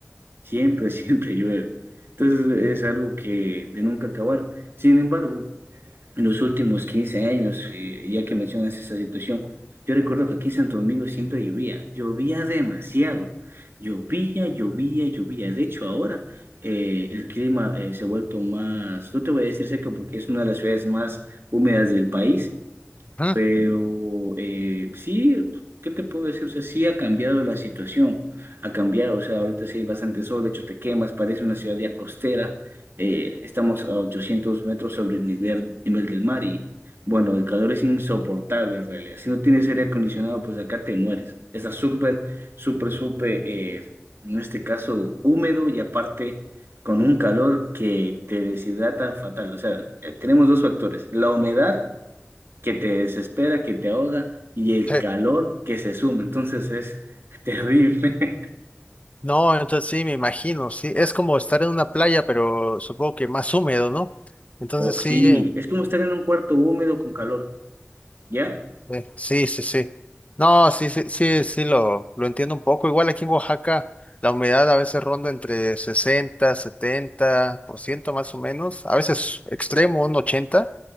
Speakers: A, on the right (about 60°); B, on the left (about 30°).
A: Siempre, <laughs> siempre llueve. Entonces es algo que de nunca acabar. Sin embargo, en los últimos 15 años, eh, ya que mencionas esa situación, yo recuerdo que aquí en Santo Domingo siempre llovía, llovía demasiado, llovía, llovía, llovía. De hecho, ahora eh, el clima eh, se ha vuelto más, no te voy a decir seco porque es una de las ciudades más húmedas del país,
B: Ujú.
A: pero eh, sí, ¿qué te puedo decir? O sea, sí ha cambiado la situación, ha cambiado, o sea, ahorita sí hay bastante sol, de hecho te quemas, parece una ciudad ya costera, eh, estamos a 800 metros sobre el nivel, nivel del mar y bueno, el calor es insoportable en realidad, si no tienes aire acondicionado, pues acá te mueres, está súper, súper, súper, eh, en este caso, húmedo y aparte con un calor que te deshidrata fatal, o sea, eh, tenemos dos factores, la humedad, que te desespera, que te ahoga y el
B: Sí.
A: calor que se suma. Entonces es <laughs> terrible. <laughs>
B: No, entonces sí, me imagino, sí, es como estar en una playa, pero supongo que más húmedo, ¿no? Entonces
A: O,
B: sí,
A: sí,
B: eh,
A: es como estar en un cuarto húmedo con calor. ¿Ya?
B: eh, sí, sí, sí. No, sí, sí, sí, sí, lo, lo entiendo un poco. Igual aquí en Oaxaca la humedad a veces ronda entre 60, 70% más o menos, a veces extremo, un 80,